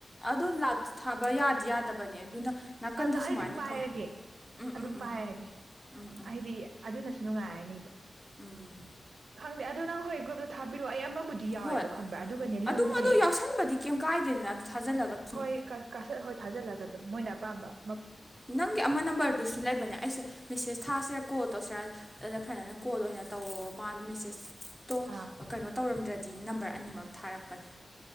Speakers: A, in the centre; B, on the right.
A: ꯑꯗꯣ ꯂꯥꯎꯗ ꯊꯥꯕ ꯌꯥꯗꯤ ꯌꯥꯗꯕꯅꯦ ꯑꯗꯨꯅ ꯅꯥꯀꯟꯗ
B: ꯑ ꯂ ꯑꯩ
A: ꯁꯨꯃꯥꯏꯅ
B: ꯑꯗꯨꯝ ꯄꯥꯏꯔꯒꯦ
A: ꯐꯣꯟ ꯎꯝ
B: ꯑꯗꯨꯝ
A: ꯎꯝ ꯎꯝ
B: ꯄꯥꯏꯔꯒꯦ
A: ꯎꯝ ꯎꯝ
B: ꯍꯥꯏꯗꯤ ꯑꯗꯨꯅꯁꯨ ꯅꯨꯡꯉꯥꯏꯔꯅꯦꯕ
A: ꯎꯝ
B: ꯈꯪꯗꯦ ꯑꯗꯨ ꯅꯪ ꯍꯣꯔꯦꯟ ꯒ꯭ꯔꯨꯞꯇ ꯊꯥꯕꯤꯔꯑꯣ ꯑꯩ ꯑꯃ ꯑꯗꯨꯕꯨꯗꯤ ꯌꯥꯎꯋꯦꯕ
A: ꯍꯣꯏ
B: ꯈꯪꯕ꯭ꯔ ꯑꯗꯨꯒꯅꯦ
A: ꯑꯗꯨꯝ
B: ꯂꯝꯁꯦ
A: ꯑꯗꯣ ꯌꯥꯎꯁꯟꯕꯗꯤ ꯀꯩꯝ ꯀꯥꯏꯗꯦꯗꯅ ꯑꯗꯨ ꯊꯥꯖꯤꯜꯂꯒ ꯁꯨꯝ
B: ꯍꯣꯏ ꯍꯣꯏ ꯊꯥꯖꯜꯂꯒ ꯑꯗꯨꯝ ꯃꯣꯏꯅ ꯄꯥꯝꯕ
A: ꯅꯪꯒꯤ ꯑꯃ ꯅꯝꯕꯔꯗꯨꯁꯨ ꯂꯩꯕꯅꯦ ꯑꯩꯁꯦ ꯃꯦꯁꯦꯁ ꯊꯥꯁꯤꯔꯥ ꯀꯣꯜ ꯇꯧꯁꯤꯔꯥ ꯑꯗ ꯐꯅꯅ ꯀꯣꯜ ꯑꯣꯏꯅ ꯇꯧꯋꯣ ꯃꯥ ꯃꯦꯁꯦꯁ ꯇꯣ
B: ꯑꯥ
A: ꯀꯩꯅꯣ ꯇꯧꯔꯝꯗ꯭ꯔꯗꯤ ꯗꯤ ꯅꯝꯕꯔ ꯑꯅꯤꯃꯛ ꯊꯥꯔꯛꯄꯅꯤ